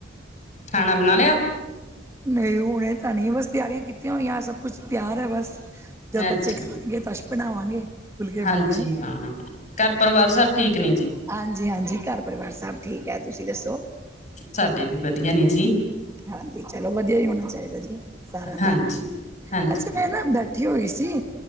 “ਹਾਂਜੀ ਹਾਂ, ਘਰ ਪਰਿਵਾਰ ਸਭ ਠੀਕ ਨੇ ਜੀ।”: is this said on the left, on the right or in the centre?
Left